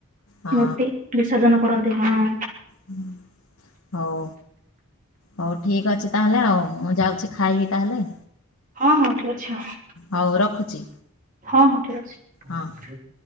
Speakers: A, on the left; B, on the right.
A: ହଁ
B: ମୂର୍ତ୍ତି ବି ସର୍ଜନ କରନ୍ତି ହଁ।
A: ହୁଁ ହଉ ହଉ ଠିକ୍ ଅଛି ତାହେଲେ ଆଉ ମୁଁ ଯାଉଛି ଖାଇବି ତାହେଲେ।
B: ହଁ ହଁ ଠିକ ଅଛି ହଁ
A: ହଉ ରଖୁଛି
B: ହଁ ହଁ ଠିକ
A: ହଁ
B: ଅଛି।